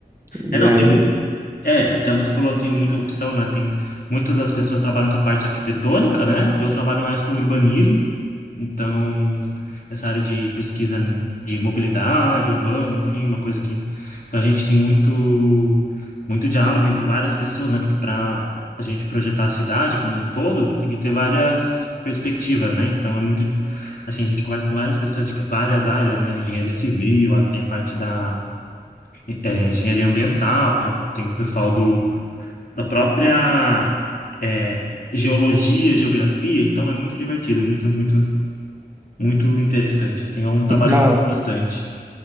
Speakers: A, on the right; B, on the left.
A: E
B: É, não,
A: aí,
B: tem, É, até você falou assim, muita opção, né? Tem muitas das pessoas trabalham com a parte arquitetônica, né? Eu trabalho mais com urbanismo, então essa área de pesquisa de mobilidade urbana, enfim, uma coisa que então a gente tem muito muito diálogo entre várias pessoas, né? Porque para a gente projetar a cidade como um todo, tem que ter várias perspectivas, né? Então é muito assim, a gente conversa com várias pessoas de várias áreas, né? Engenharia civil, a- tem a parte da eh, engenharia ambiental, tem, tem o pessoal do da própria é, geologia, geografia, então é muito divertido, é muito, muito, muito interessante, assim, é um trabalho
A: que da
B: que eu gosto bastante.